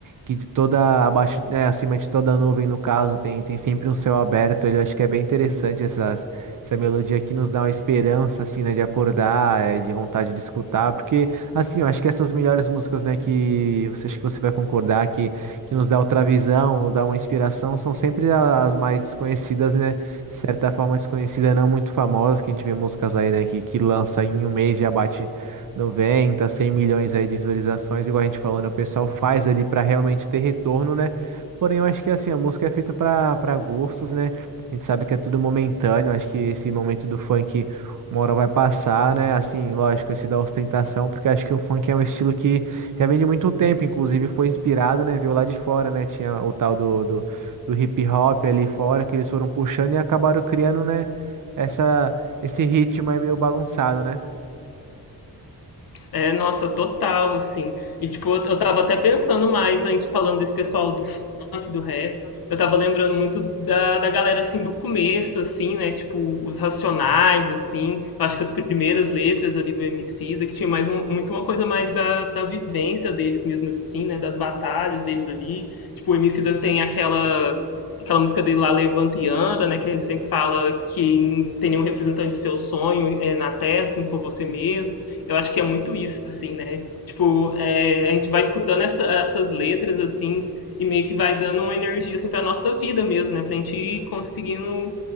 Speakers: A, on the right; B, on the left.
A: Que de toda abaixo, né, acima de toda nuvem, no caso, tem, tem sempre um céu aberto. Eu acho que é bem interessante essas, essa melodia que nos dá uma esperança, assim, né, de acordar, eh, de vontade de escutar, porque, assim, eu acho que essas melhores músicas, né, que você acha que você vai concordar, que, que nos dá outra visão, nos dá uma inspiração, são sempre a- as mais desconhecidas, né, de certa forma desconhecida, não muito famosas, que a gente vê músicas aí, né, que, que lança em um mês já bate 90 100 milhões aí de visualizações, igual a gente falou, né, o pessoal faz ali para realmente ter retorno, né, Porém, eu acho que assim, a música é feita para para gostos, né? A gente sabe que é tudo momentâneo, acho que esse momento do funk uma hora vai passar, né? Assim, lógico, esse da ostentação, porque acho que o funk é um estilo que já vem de muito tempo, inclusive foi inspirado, né? Viu lá de fora, né? Tinha o tal do, do, do hip hop ali fora, que eles foram puxando e acabaram criando, né? Essa, esse ritmo aí meio bagunçado, né?
B: É, nossa, total, assim. E, tipo, eu eu tava até pensando mais, a gente falando desse pessoal funk, do rap. Eu tava lembrando muito da, da galera, assim, do começo, assim, né? Tipo, os Racionais, assim. Eu acho que as primeiras letras ali do Emicida, que tinha mais um- muito uma coisa mais da, da vivência deles mesmo, assim, né? Das batalhas deles ali. Tipo, o Emicida tem aquela... Aquela música dele lá, Levanta e Anda, né? Que ele sempre fala que não tem nenhum representante do seu sonho é, na Terra, se não for você mesmo. Eu acho que é muito isso, assim, né? Tipo, é, a gente vai escutando essa- essas letras, assim, e meio que vai dando uma energia assim para a nossa vida mesmo, né? para a gente ir conseguindo